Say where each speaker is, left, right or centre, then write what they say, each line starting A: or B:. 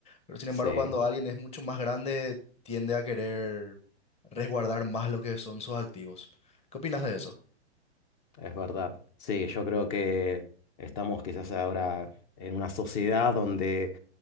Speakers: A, on the left; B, on the left.
A: Pero sin embargo,
B: Sí,
A: cuando alguien es mucho más grande, tiende a querer resguardar más lo que son sus activos. ¿Qué opinas de eso?
B: es verdad. Sí, yo creo que estamos quizás ahora en una sociedad donde